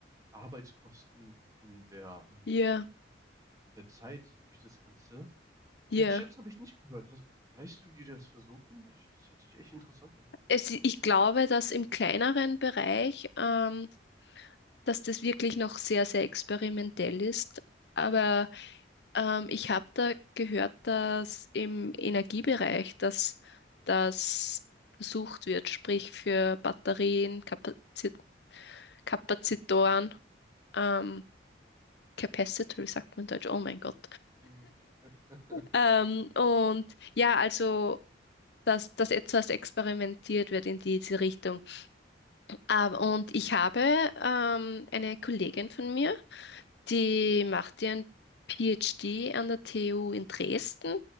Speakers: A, on the right; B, on the left.
A: Arbeitskosten und der, ähm,
B: Ja,
A: der Zeit durch das Ganze. Mit
B: ja.
A: den Chips habe ich nicht gehört. Hast, weißt du, wie die das versuchen? Ich, das hört sich echt interessant an.
B: Es, ich glaube, dass im kleineren Bereich, ähm, dass das wirklich noch sehr, sehr experimentell ist. Aber ähm, ich habe da gehört, dass im Energiebereich, dass das versucht wird, sprich für Batterien, Kapazit Kapazitoren, ähm, Capacitor, sagt man in Deutsch, oh mein Gott.
A: Mhm. <laughs>
B: Ähm, und ja, also, dass das etwas experimentiert wird in diese Richtung. Aber, und ich habe ähm, eine Kollegin von mir, die macht ihren PhD an der TU in Dresden